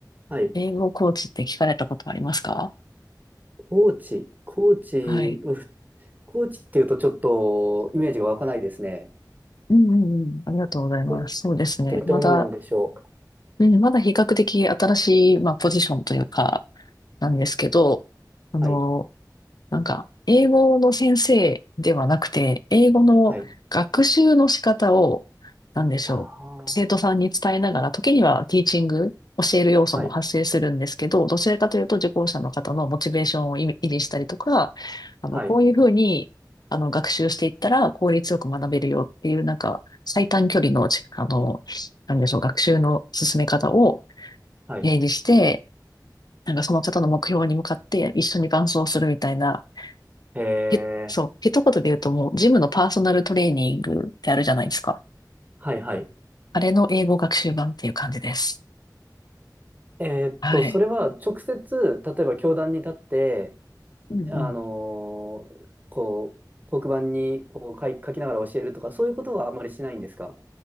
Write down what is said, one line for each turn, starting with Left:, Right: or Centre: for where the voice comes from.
Right: はい。
Left: 英語コーチって聞かれたことありますか
Right: コーチ、コーチ、
Left: はい。
Right: うふコーチっていうとちょっとイメージが湧かないですね。
Left: うんうんうん。ありがとうございます。
Right: どうい、
Left: そうですね。
Right: どういったものなんでしょう
Left: まだ、うん、まだ比較的新しい、まあ、ポジションというか、なんですけど、あの、
Right: はい、
Left: なんか、英語の先生ではなくて、英語の学習の仕方を、
Right: はい。
Left: なんでしょう、
Right: ああ、
Left: 生徒さんに伝えながら、時にはティーチング、教える要素も発生するんですけど、
Right: はい、
Left: どちらかというと受講者の方のモチベーションを維持したりとか、あの、
Right: はい、
Left: こういうふうに、あの、学習していったら効率よく学べるよっていう、なんか、最短距離のち、あの、なんでしょう、学習の進め方を
Right: はい。
Left: 提示して、なんかその方の目標に向かって一緒に伴走するみたいな、
Right: えー、
Left: へ、そう、一言で言うともう、ジムのパーソナルトレーニングってあるじゃないですか。
Right: はい、はい。
Left: あれの英語学習版っていう感じです。
Right: えーっと、
Left: はい。
Right: それは直接、例えば教壇に立って、
Left: うんうん。
Right: あのーこう、黒板にこう書い、書きながら教えるとか、そういうことはあまりしないんですか